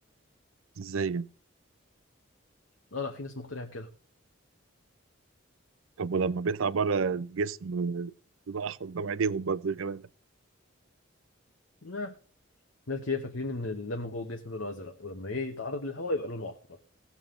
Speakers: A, on the right; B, on the left.
A: إزاي يعني؟
B: اه لا في ناس مقتنعه بكده
A: طب ولما بيطلع بره الجسم لونه أحمر قدام عينيهم برضه غير ده
B: لا ناس كتير فاكرين ان الدم جوه الجسم لونه ازرق ولما ايه يتعرض للهواء يبقى لونه احمر